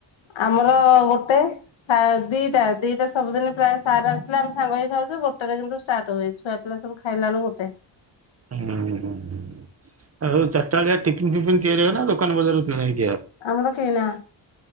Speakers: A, on the left (about 80°); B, on the right (about 30°).
A: ଆମର ଗୋଟେ। ସାଢ଼େ ଦିଟା ଦିଟା ସବୁଦିନ ପ୍ରାୟ ସାର୍ ଆସିଲେ ଆମେ ସାଙ୍ଗହେଇକି ଖାଉଚୁ ଗୋଟେ ରେ କିନ୍ତୁ ଷ୍ଟାର୍ଟ ହୁଏ ଛୁଆ ପିଲା ସବୁ ଖାଇଲାଣୁ ଗୋଟେ।
B: ହୁଁ ହୁଁ ଆଉ ଚାରିଟାବେଳିଆ ଟିଫିନ୍ ଟିଫିନ୍ ତିଆରି ହବ ନା ଦୋକାନ ବଜାର କିଣା ହେଇ
A: ଆମର କିଣା।